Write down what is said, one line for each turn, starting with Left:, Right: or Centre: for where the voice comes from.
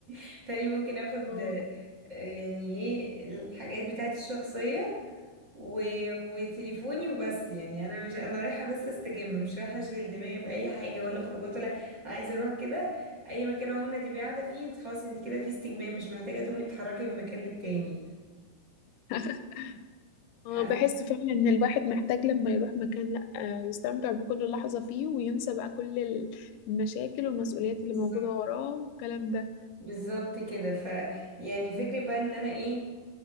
Right: <laughs> تاني ممكن اخد
Left: اه
Right: آه، يعني ايه الحاجات بتاعتي الشخصيه و... وتليفوني وبس يعني انا مش انا رايحه بس استجم مش رايحه اشغل دماغي باي حاجه ولا خروجات ولا أنا عايزه اروح كده اي مكان عموما هتبقي قاعده فيه انت خلاص انت كده في استجمام مش محتاجه تقومي تتحركي من مكان للتاني
Left: <laughs>
Right: حاسه
Left: اه بحس فعلا ان الواحد محتاج لما يروح مكان لا يستمتع بكل لحظة فيه وينسى بقى كل ال- المشاكل والمسؤوليات
Right: بالظبط
Left: اللي موجودة وراه والكلام ده
Right: بالظبط كده ف يعني فكرة بقى ان انا ايه